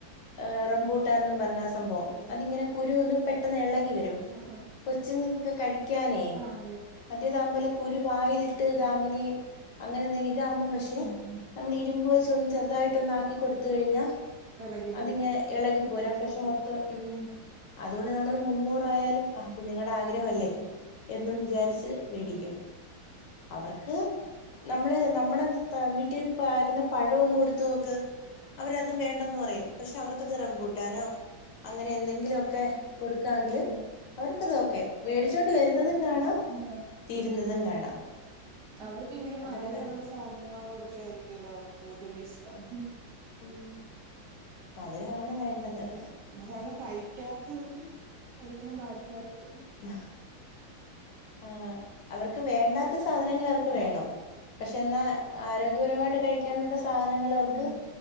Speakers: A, on the left; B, on the right.
A: ഏഹ് റംമ്പൂട്ടാനും പറഞ്ഞ സമ്പവം
B: ഓഹ്
A: അതിങ്ങനെ കുരൂന്ന് പെട്ടെന്ന് എളകിവരും
B: ആഹ്
A: കൊച്ചുങ്ങ കൊക്കേ കഴി ക്യാനേ
B: ആഹ് ആഹ്
A: മറ്റേതാുമ്പോല കുരു വായിലിട്ട് താമ്പനി അങ്ങനെ എന്തേലും ഇതാവുമ്പം പക്ഷെ
B: ഉം ഉം
A: നമ്മള് ഇരുമ്പ് വെച്ച ഒന്ന് ചെറുതായിട്ടൊന്ന് ആക്കി കൊടുത്ത്കഴിഞ്ഞാ
B: എളകി വരും
A: അതിങ്ങെ എളകി പൊരാസ്പഷം മൊത്തം ഉംഅതുകൊണ്ട്
B: ഉം
A: നമ്മള് മുന്നൂറായാലും ആഹ് കുഞ്ഞുങ്ങടെ ആഗ്രഹല്ലേ
B: ഉം ഉം
A: എന്നും വിചാരിച്ച് വേടിക്കും
B: ആഹ്
A: അവർക്ക് നമ്മള് നമ്മടെ തോ വീട്ടിൽപാക്ക്ന്ന പഴം ഒന്ന് കൊടുത്ത്നോക്ക് അവരത് വേണ്ട ണ്ടന്ന് പറയും
B: ആഹ്
A: പക്ഷെ അവർക്കത് റംമ്പൂട്ടാനോ അങ്ങനെ എന്തെങ്കിലുംഒക്കെ കൊടുക്കാങ്കില്
B: ആഹ്
A: അവർക്കത് ഓക്കെ
B: ആഹ്
A: വേടിച്ചോണ്ട് വരുന്നതും കാണാം
B: ആഹ് ആഹ്
A: തീരുന്നതും
B: ആഹ്
A: കാണാം
B: അതെ അവർക്ക്ഇങ്ങനെ
A: അതാണ്
B: മധുരമുള്ള സാധനങ്ങള് കൊടുക്കായിരിക്കല്ലോ കൂടത് ഇഷ്ടം
A: ഉം മധുരമാണ് വേണ്ടത്
B: അതെ അതാണ് കഴിക്കാത്തതും കഴിക്കാൻ പാടില്ലാത്തും
A: <unintelligible> ആഹ് അവർക്ക് വേണ്ടാത്ത സാധനങ്ങള് അവർക്ക്
B: അതെ
A: വേണം പക്ഷെ എന്നാ ആരോഗ്യപരമായിട്ട് കഴിക്കാനുള്ള സാധനങ്ങള് അവർക്ക്
B: ഉം